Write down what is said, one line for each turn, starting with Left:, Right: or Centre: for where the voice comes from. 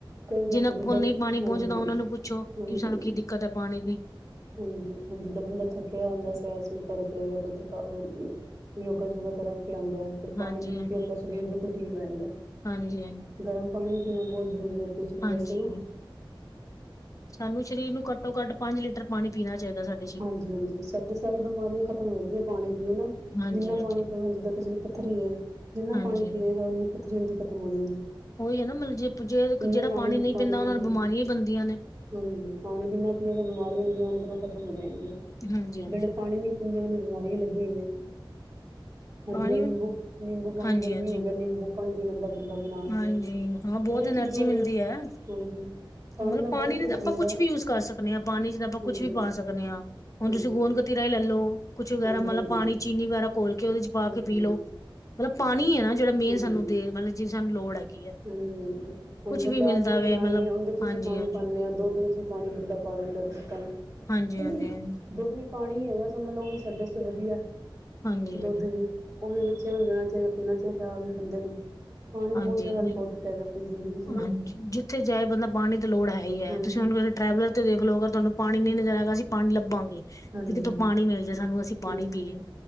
Right: ਕਈ
Left: ਜਿਹਨਾਂ
Right: ਲੋਕ ਜਿੱਦਾਂ
Left: ਕੋਲ ਨਹੀਂ ਪਾਣੀ
Right: ਹਾਂਜੀ
Left: ਪਹੁੰਚਦਾ
Right: ਹਾਂਜੀ
Left: ਉਹਨਾਂ ਨੂੰ ਪੁੱਛੋ
Right: ਹਾਂਜੀ
Left: ਕਿ ਸਾਨੂੰ
Right: ਹਾਂਜੀ
Left: ਕੀ ਦਿੱਕਤ ਹੈ ਪਾਣੀ ਦੀ
Right: ਹਾਂਜੀ ਹੁਣ ਜਿੱਦਾਂ ਬੰਦਾ ਥੱਕਿਆ ਹੁੰਦਾ ਸੈਰ ਸੂਲ ਕਰਕੇ ਜਾਂ ਕੋਈ ਥਕਾ ਯੋਗਾ ਯੋਗਾ ਕਰਕੇ ਆਂਦੈ। ਤੇ ਪਾਣੀ
Left: ਹਾਂਜੀ-ਹਾਂਜੀ
Right: ਪੀ ਕੇ ਉਹਦਾ ਸਰੀਰ ਬਿਲਕੁਲ ਠੀਕ ਰਹਿੰਦੈ,
Left: ਹਾਂਜੀ-ਹਾਂਜੀ ਹਾਂਜੀ
Right: ਗਰਮ ਪਾਣੀ ਪੀਣਾ ਬਹੁਤ ਜ਼ਰੂਰੀ ਹੈ ਆਪਣੇ ਸਰੀਰ
Left: ਹਾਂਜੀ
Right: ਵਾਸਤੇ ਨਾ
Left: ਸਾਨੂੰ ਸਰੀਰ ਨੂੰ ਘੱਟੋ ਘੱਟ ਪੰਜ ਲੀਟਰ ਪਾਣੀ ਪੀਣਾ ਚਾਹੀਦੈ ਸਾਡਾ
Right: ਹਾਂਜੀ ਹਾਂਜੀ ਸਾਡੀ ਸਾਰੀ ਬਿਮਾਰੀਆਂ ਖਤਮ ਹੋ ਜਾਂਦੀਆਂ ਪਾਣੀ ਪੀਣ ਨਾਲ
Left: ਹਾਂਜੀ-ਹਾਂਜੀ
Right: ਜਿੰਨਾ ਪਾਣੀ ਪੀਵਾਂਗੇ ਜਿੱਦਾਂ ਕਿਸੇ ਨੂੰ ਪੱਥਰੀ ਹੋਏ ਜਿੰਨਾ
Left: ਹਾਂਜੀ
Right: ਪਾਣੀ
Left: ਹਾਂਜੀ
Right: ਪੀਏਗਾ ਓਨੀ ਪੱਥਰੀ ਉਹਦੀ ਖਤਮ ਹੋ ਜਾਏਗੀ
Left: ਉਹੀ ਹੈ ਨਾ ਮਤਬ ਜੇ ਜੇ
Right: ਇੰਨਾ
Left: ਜਿਹੜਾ ਪਾਣੀ ਨਹੀਂ ਪੀਂਦਾ
Right: ਨਾਲ
Left: ਉਹ ਨੂੰ
Right: ਹਾਂਜੀ
Left: ਬਿਮਾਰੀਆਂ ਹੀ ਬਣਦੀਆਂ ਨੇ
Right: ਹਾਂਜੀ ਪਾਣੀ ਜਿੰਨਾ ਪੀਣ ਵਾਲ ਬਿਮਾਰੀਆਂ ਉਹਨੀਆਂ ਅੰਦਰੋਂ ਖ਼ਤਮ ਹੋ ਜਾਏਗੀਆਂ
Left: ਹਾਂਜੀ ਹਾਂਜੀ
Right: ਜਿਹੜੇ ਪਾਣੀ ਨੀਂ ਪੀਂਦੇ ਉਹਨੂੰ ਬਿਮਾਰੀਆਂ ਲੱਗੀਆਂ ਹੋਈਆਂ ਹਾਂ
Left: ਪਾਣੀ
Right: ਜੀ ਨਿੰਬੂ ਨਿੰਬੂ ਪਾਣੀ
Left: ਹਾਂਜੀ
Right: ਗਰਮੀ
Left: ਹਾਂਜੀ
Right: ਹੋ ਗਿਆ ਨਿੰਬੂ ਪਾਣੀ ਪੀ ਲੈਂਦਾ ਬੰਦਾ ਬਣਾ
Left: ਹਾਂਜੀ
Right: ਕੇ
Left: ਹਾਂ
Right: ਬਹੁਤ
Left: ਐਨਰਜੀ
Right: ਚੀਜ਼ਾਂ
Left: ਮਿਲਦੀ
Right: ਨੇ
Left: ਹੈ
Right: ਹਾਂਜੀ
Left: ਮਤਲਬ
Right: ਨਾਲ ਬਹੁਤ
Left: ਪਾਣੀ ਨੇ ਤਾਂ
Right: ਬਣਦਾ
Left: ਆਪਾਂ ਕੁਛ
Right: ਹੈ।
Left: ਵੀ ਯੂਜ ਕਰ ਸਕਦੇ ਹਾਂ ਪਾਣੀ ਚ ਤਾਂ ਆਪਾਂ
Right: ਹਾਂਜੀ
Left: ਕੁੱਛ ਵੀ ਪਾ ਸਕ ਦੇ ਹਾਂ ਹੁਣ
Right: ਹਾਂਜੀ
Left: ਤੁਸੀਂ ਗੁੰਦਕਤੀਰਾ
Right: ਹਾਂਜੀ
Left: ਹੀ ਲੈਲੋ ਕੁੱਛ ਵਗੈਰਾ
Right: ਹਾਂਜੀ
Left: ਮਤਲਬ
Right: ਹਾਂਜੀ
Left: ਪਾਣੀ ਚੀਨੀ ਵਗੈਰਾ ਖੋਲ ਕੇ ਉਹਦੇ ਵਿੱਚ ਪਾ
Right: ਹਾਂਜੀ
Left: ਕੇ ਪੀ ਲੋਓ ਮਤਲਬ ਪਾਣੀ ਹੈ ਨਾ ਜਿਹੜਾ ਮੇਨ
Right: ਹਾਂਜੀ
Left: ਸਾਨੂੰ ਦੇ ਮਤਲਬ ਜਿ ਸਾਨੂੰ ਲੋੜ ਹੈਗੀ ਹੈ
Right: ਹਾਂਜੀ ਹਾਂਜੀ ਹੁਣ
Left: ਕੁਛ
Right: ਤੇ
Left: ਵੀ
Right: ਚਾਹ
Left: ਮਿਲਦਾ
Right: ਚੂ
Left: ਵੇ
Right: ਬਣਾਣੀ
Left: ਮਤਲਬ
Right: ਹੋਏ ਤੇ ਉਹਦੇ ਚ
Left: ਹਾਂਜੀ
Right: ਅਸੀਂ ਪਾਣੀ
Left: ਹਾਂਜੀ
Right: ਪਾਉਂਦੇ ਹਾਂ ਦੁੱਧ ਵਿੱਚ ਪਾਣੀ ਬੰਦਾ ਪਾ ਦਿੰਦਾ ਕਿਸੇ ਤ ਕਹਿੰਦੀ
Left: ਹਾਂਜੀ ਹਾਂਜੀ ਹਾਂਜੀ
Right: ਦੁੱਧ ਵੀ <unintelligible> ਪਾਣੀ ਹੈਗਾ ਸ ਮਨ ਲਓ ਵੀ ਸਾਡੇ ਆਸਤੇ ਵਧੀਐ
Left: ਹਾਂਜੀ
Right: ਦੁੱਧ ਵੀ ਉਹ ਵੀ ਬੱਚਿਆਂ ਨੂੰ ਦੇਣਾ ਚਾਹੀਦਾ ਪੀਣਾ ਚਾਹੀਦੈ ਆ ਵੀ ਬੰਦੇ ਨੂੰ ਪਾਣੀ
Left: ਹਾਂਜੀ
Right: ਬਹੁਤ ਜ਼ਿਆਦਾ
Left: ਹਾਂਜੀ
Right: ਇੰਪੋਰਟੈਂਟ ਹੈਗਾ ਜ਼ਿੰਦਗੀ 'ਚ ਨਾ
Left: ਹਾਂਜੀ, ਜਿੱਥੇ ਜਾਏ ਬੰਦਾ ਪਾਣੀ ਦੀ ਲੋੜ ਹੈ ਈ ਐ
Right: ਹਾਂਜੀ
Left: ਤੁਸੀਂ ਉਹਨੁ ਟਰੈਵਲਰ ਤੇ ਦੇਖ ਲੋ ਅਗਰ ਤੁਹਾਨੂੰ ਪਾਣੀ ਨੀ ਨਜਰ ਆਏਗਾ ਅਸੀਂ ਪਾਣੀ ਲੱਭਾਂਗੇ।
Right: ਹਾਂਜੀ
Left: ਤੇ ਕਿਥੋਂ
Right: ਹਾਂਜੀ
Left: ਪਾਣੀ ਮਿਲ ਜੇ ਸਾਨੂੰ ਅਸੀਂ ਪਾਣੀ
Right: ਹਾਂਜੀ
Left: ਪੀਏ।